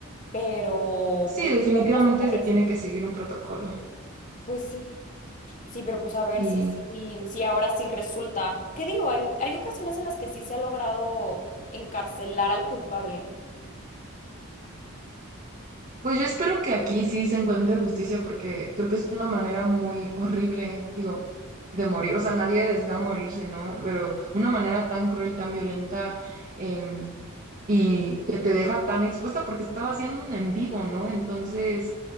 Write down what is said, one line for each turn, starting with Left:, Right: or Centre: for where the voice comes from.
Left: Pero
Right: Sí,
Left: pues
Right: definitivamente
Left: ¿cuántas se
Right: se
Left: res-
Right: tiene que seguir un protocolo
Left: Pues sí, sí, pero pues a ver
Right: y
Left: si sí sí sí, ahora sí resulta. ¿Qué digo? Hay, hay ocasiones en las que sí se ha logrado encarcelar al culpable.
Right: pues yo espero que aquí sí se encuentre justicia porque creo que es una manera muy horrible, digo, de morir, o sea, nadie desea morirse, ¿no? Pero una manera tan cruel, tan violenta, em, y que te deja tan expuesta porque estaba haciendo un en vivo, ¿no? Entonces